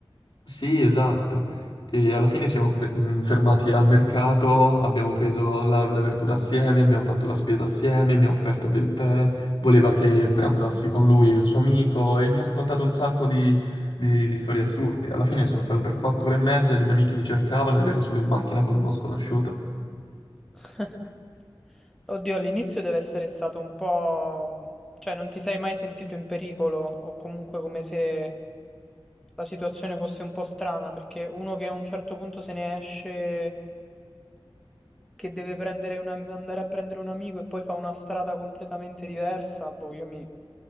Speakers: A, on the left (about 50°); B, in the centre.
A: Sì, esatto. E alla fine ci siamo pre- mh, fermati al mercato, abbiamo preso la, la verdura assieme, abbiamo fatto la spesa assieme, mi ha offerto del tè, voleva che pranzassi con lui e il suo amico e mi ha raccontato un sacco di, di- di storie assurde. Alla fine sono stato per quattro ore e mezza e le mie amiche mi cercavano ed ero solo in macchina con uno sconosciuto.
B: <laughs> Oddio, all'inizio deve essere stato un po'... mh, cioè non ti sei mai sentito in pericolo o comunque come se la situazione fosse un po' strana, perché uno che a un certo punto se ne esce che deve prendere un am- andare a prendere un amico e poi fa una strada completamente diversa, boh, io mi,